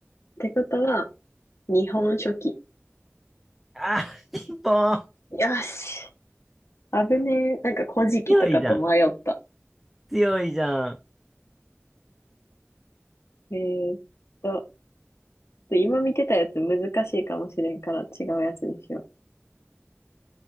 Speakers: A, on the left; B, in the centre.
A: てことは、日本書紀。
B: あー、ピンポーン
A: よし。危ねえ。なんか古事記とかと迷った。
B: 強いじゃん。強いじゃん。
A: えーっと、今見てたやつ難しいかもしれんから違うやつにしよう。